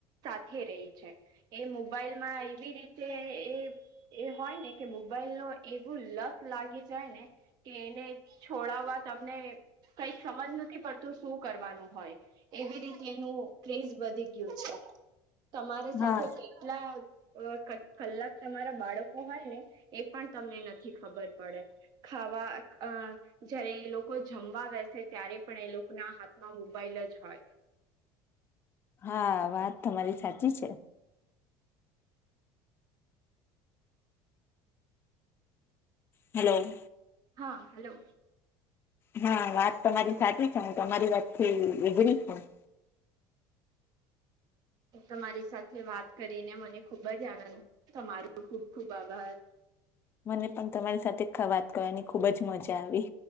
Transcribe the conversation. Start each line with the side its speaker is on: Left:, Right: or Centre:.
Right: સાથે રેય છે, એ મોબાઈલમાં એવી રીતે એ એ હોય ને કે મોબાઈલ નો એવું લત લાગી જાય ને કે એને છોડવા તમને કઈક સમજ નથી પડતું શું કરવાનું હોય એવી રીતે એનું ક્રેઝ વધી ગયું છે. તમારી સાથે
Left: હા
Right: કેટલા અ ક કલાક તમારા બાળકો હોય ને એ પણ તમને નથી ખબર પડે ખાવા અ જયારે એ લોકો જમવા વે છે, ત્યારે પણ એ લોકના હાથમાં મોબાાઈલ જ હોય
Left: હા વાત તમારી સાચી છે. હેલો.
Right: હા હાલો.
Left: હા વાત તમારી સાચી છે, હું તમારી વાતથી એગરી છું
Right: હું તમારી સાથે વાત કરીને મને ખુબ જ આનંદ તમારુ ખુબ ખુબ આભાર
Left: મને પણ તમારી સાથે વાત કરવાની ખુબ જ મજા આવી